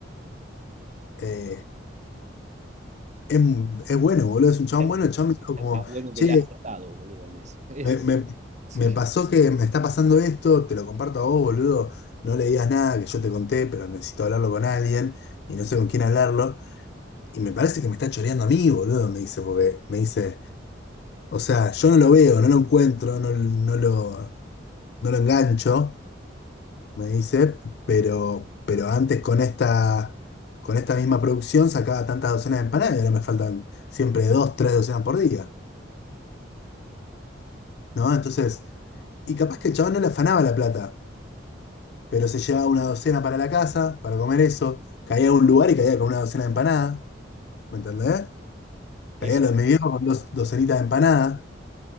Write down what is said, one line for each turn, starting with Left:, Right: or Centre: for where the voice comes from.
Left: eh, es, es bueno, boludo, es un chabón
Right: Es,
Left: bueno. El chabón me dijo
Right: es
Left: como,
Right: más bueno que
Left: che,
Right: el asado, boludo, el S. <laughs> Eso,
Left: me, me-
Right: sí.
Left: me pasó que me está pasando esto, te lo comparto a vos, boludo. No le digas nada, que yo te conté, pero necesito hablarlo con alguien y no sé con quién hablarlo. Y me parece que me está choreando a mí, boludo, me dice, porque me dice, o sea, yo no lo veo, no lo encuentro, no, no lo, no lo engancho, me dice, pero, pero antes con esta, con esta misma producción sacaba tantas docenas de empanadas y ahora me faltan siempre dos, tres docenas por día, ¿no? Entonces, y capaz que el chabón no le afanaba la plata, pero se llevaba una docena para la casa, para comer eso, caía a un lugar y caía con una docena de empanadas, ¿me entendés? Caía
Right: Eso
Left: a los de mi viejo con dos docenitas de empanadas.